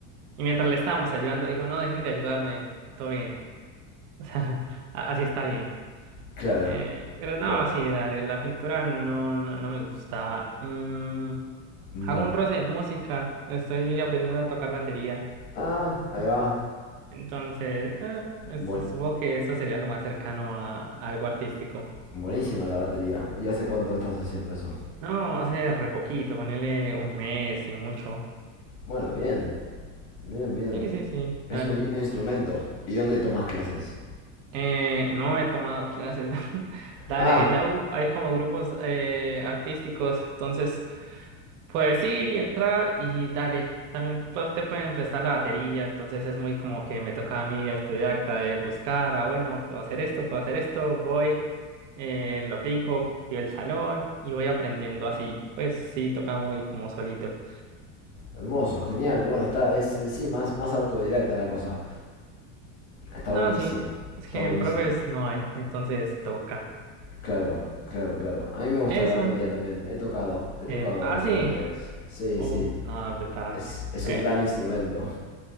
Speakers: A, on the right; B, on the left.
A: Y mientras le estábamos ayudando, dijo, no, dejen de ayudarme, todo bien. <laughs> O sea, a- así está bien.
B: Claro,
A: Eh, pero no,
B: claro.
A: sí, dale, la pintura no, no, no me gustaba. Mm,
B: Mm.
A: hago un roce de música, estoy aprendiendo a tocar batería.
B: Ah, ahí va.
A: Entonces, eh, es-
B: Buen-
A: supongo que eso sería lo más cercano a, a algo artístico.
B: buenísima la batería. ¿Y hace cuánto estás haciendo eso?
A: No, hace re poquito, ponele un mes y mucho.
B: Bueno, bien. Bien, bien.
A: Sí, sí, sí,
B: Es
A: dale.
B: un lindo instrumento. ¿Y dónde tomas clases?
A: Eh, no he tomado clases. <laughs> Dale,
B: Ah,
A: en la U hay como grupos eh, artísticos, entonces puedes ir y entrar y dale. También pues, te pueden prestar la batería, entonces es muy como que me toca a mí de autodidacta de buscar, ah, bueno, puedo hacer esto, puedo hacer esto, voy, eh, lo aplico, pido el salón y voy aprendiendo así. Pues sí, toca muy como solito.
B: hermoso, genial. Bueno, está, es, eh, sí, más, más autodidacta la cosa. Está buenísimo.
A: No, sí, es
B: Está
A: que
B: buenísimo.
A: profes no hay, entonces toca.
B: Claro, claro, claro. A mí me gusta
A: Eso.
B: la batería también. He tocado, he tocado
A: Eh, ah,
B: alguna
A: sí.
B: que otra vez. Sí,
A: Uf,
B: sí.
A: no, brutal.
B: Es, es
A: Eh,
B: un gran instrumento.